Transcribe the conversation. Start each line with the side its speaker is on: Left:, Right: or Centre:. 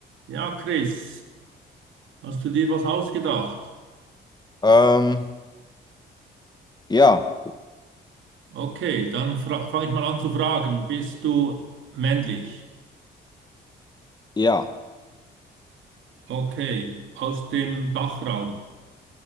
Right: Ja, Chris, hast du dir was ausgedacht?
Left: Ähm, ja,
Right: Okay, dann fange ich mal an zu fragen. Bist du männlich?
Left: ja,
Right: Okay, aus dem Dachraum,